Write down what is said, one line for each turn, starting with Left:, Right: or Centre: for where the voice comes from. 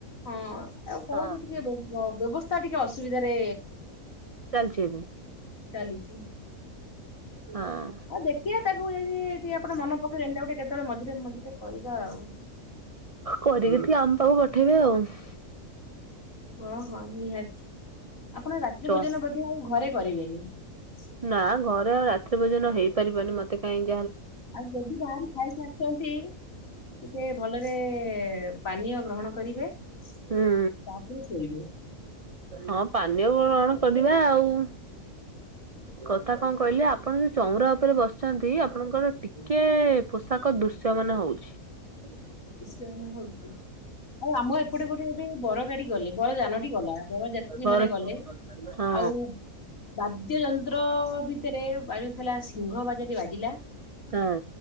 Left: ହଁ ଆଉ କହୁତୁ
Right: ହଁ।
Left: ଟିକେ । ହ ବ୍ୟବସ୍ଥା ଟିକେ ଅସୁବିଧାରେ
Right: ଚାଲିଛି ଭ
Left: ଚାଲିଛି ।
Right: ହଁ।
Left: ଆଉ ଦେଖିବାେ ତାକୁ ଯଦି ଆପଣ ମନ ପକେଇଲେଣି ତାକୁ ଗଟେ କେ ତାହେଲେ ମଝିରେ ମଝିରେ କରିବା ଆଉ ।
Right: କରିକି ଟିକେ ଆମ ପାଖକୁ ପଠେଇବେ ଆଉ ।
Left: ହଁ ହଁ ନିହାତି ଆପଣ ରାତ୍ରି
Right: ଚ
Left: ଭୋଜନ ବୋଧ ଆଉ ଘରେ କରିବେନି ।
Right: ନା ଘରେ ଆଉ ରାତ୍ରି ଭୋଜନ ହେଇପାରିବନି ମତେ କାହିଁକି
Left: ଆଉ ଯଦି ବାହାର ଖାଇି ଆସିଛନ୍ତି ଟିକେ ଭଲରେ ପାନୀୟ ଗ୍ରହଣ କରିବେ ତାପରେ
Right: ହୁଁ
Left: ଶୋଇବେ ।
Right: ହଁ ପାନୀୟଣ କରିବା ଆଉ । କଥା କଣ କହିଲେ ଆପଣ ଯୋଉ ଚଉରା ଉପରେ ବସିଛନ୍ତି ଆପଣଙ୍କର ଟିକେ ପୋଷାକ ଦୁ ସ୍ୟମାନ ହଉଛି ।
Left: ୟ ନା ହଉଛି । ଆଉ ଆମ ଏପଟେ ଗୋଟେ ଏବେ ବର ଗାଡି ଗଲେ ବର ଯାନଟି ଗଲା ବରଯାତ୍ରୀ
Right: ଘର
Left: ମାନେ ଗଲେ ।
Right: ହଁ
Left: ଆଉ ବାଦ୍ୟଯନ୍ତ ସମ୍ର ଭିତରେ ବାଜୁଥିଲା ସିଂହ ବାଜଟି ବାଜିଲା
Right: ହଁ।